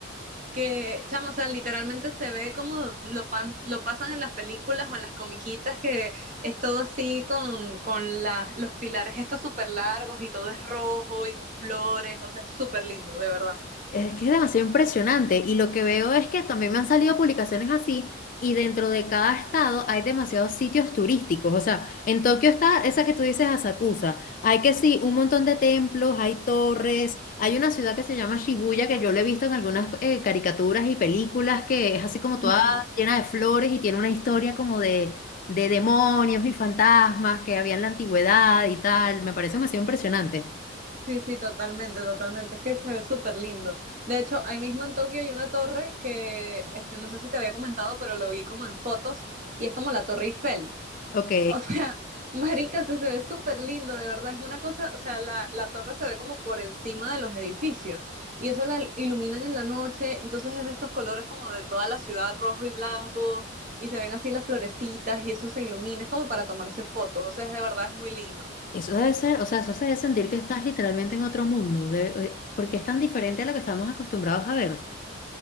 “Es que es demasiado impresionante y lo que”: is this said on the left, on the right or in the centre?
Left